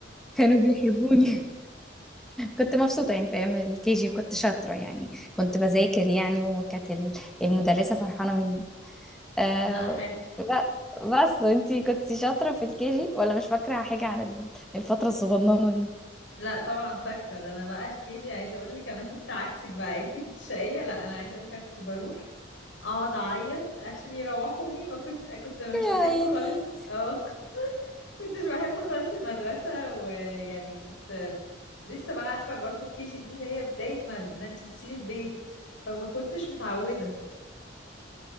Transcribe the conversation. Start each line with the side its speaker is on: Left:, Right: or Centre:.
Centre: كانوا بيحبوني <laughs> كنت مبسوطة يعني في أيام الكي جي كنت شاطرة يعني كنت بذاكر يعني وكانت ال- المدرسة فرحانة مني أه
Left: لا حلو
Centre: ب- بس انتي كنتي شاطرة في الكي جي ولا مش فاكرة حاجة عن ال- الفترة الصغننة دي
Left: لا طبعا فاكره ده انا بقى في كيجي عايزه اقول لك انا كنت عكسك بقى انت كنت شقيه لا انا عايزه اقول لك انا كنت بروح اقعد اعيط عشان يروحوني ما كنت كنت مش
Centre: يا
Left: بحب
Centre: عيني
Left: خالص اه <laughs> كنتش بحب خالص المدرسه ويعني كنت لسه بقى عارفه برضو الكيجي دي اللي هي بدايه ما, ما انت بتسيبي البيت فما كنتش متعوده